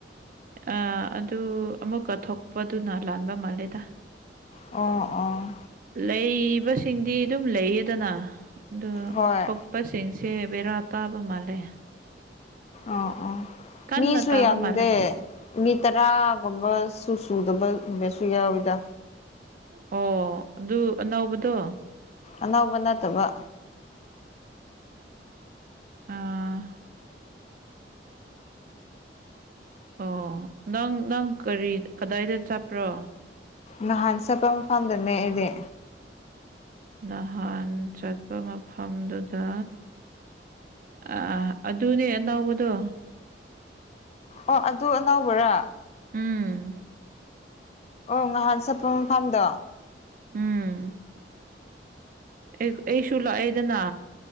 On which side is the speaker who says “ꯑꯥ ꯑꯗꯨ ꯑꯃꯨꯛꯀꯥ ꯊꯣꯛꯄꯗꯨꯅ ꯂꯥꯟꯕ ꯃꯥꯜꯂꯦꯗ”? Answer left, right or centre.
Right